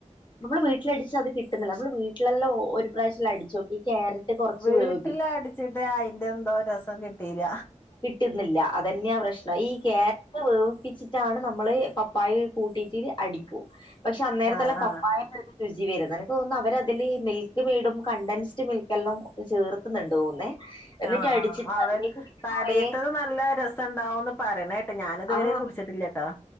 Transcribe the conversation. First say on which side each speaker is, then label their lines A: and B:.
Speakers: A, on the left; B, on the left.
A: നമ്മൾ വീട്ടിലടിച്ചാ അത് കിട്ടുന്നില്ല നമ്മള് വീട്ടിലെല്ലോ ഒരു പ്രാവശ്യല്ല അടിച്ചോക്കി ഈ ക്യാരറ്റ് കുറച്ച്
B: വീട്ടില്
A: വേവിപ്പിക്കും
B: അടിച്ചിട്ട് അയിന്റെ എന്തോ രസം കിട്ടീല്ല
A: കിട്ടുന്നില്ല അതന്നെയാ പ്രശ്നം ഈ ക്യാ രറ്റ് വേവിപ്പിച്ചിട്ടാണ് നമ്മള് പപ്പായ കൂട്ടിട്ട് അടിക്കൂ പക്ഷെ അന്നേരത്തെല്ലാം
B: ആഹ് ആഹ്
A: പപ്പായ <unintelligible> രുചി വരുന്നു എനിക്ക് തോന്നുന്നു അവരതില് മിൽക്ക് മെയ്ഡും കണ്ടൻസ്ഡ് മിൽക്കെല്ലാം ചേർത്തുന്നുണ്ട് തോന്നേ എന്നിട്ട്
B: ആഹ്
A: അടിച്ചിട്ട്
B: അവർ
A: അതിലേക്ക്
B: <unintelligible> അടിയത്തത്
A: കുറേ
B: നല്ല രസം ഉണ്ടാവൂന്ന് പറയണ കേട്ട് ഞാനിതുവരെ
A: ആഹ്
B: കുടിച്ചിട്ടില്ല ട്ടോ